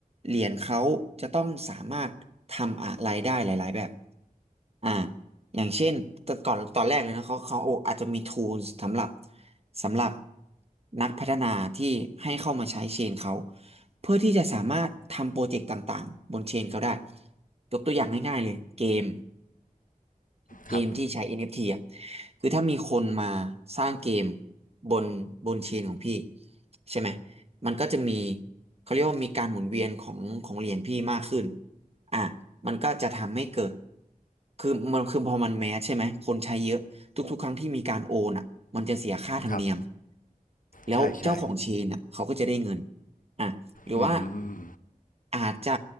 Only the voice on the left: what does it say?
ครับ
ครับ
ใช่ใช่
อืม